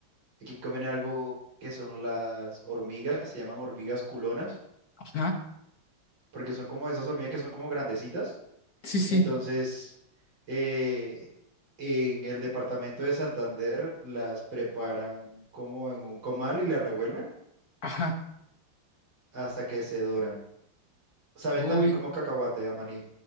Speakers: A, on the right (about 80°); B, on the left (about 50°).
A: Aquí comen algo que son las hormigas, se llaman hormigas culonas,
B: Ajá.
A: porque son como esas hormigas que son como grandecitas.
B: Sí, sí.
A: Entonces, eh, en el departamento de Santander las preparan como en un comal y las revuelven
B: Ajá.
A: hasta que se doran. Saben
B: Uy.
A: también como cacahuate, a maní.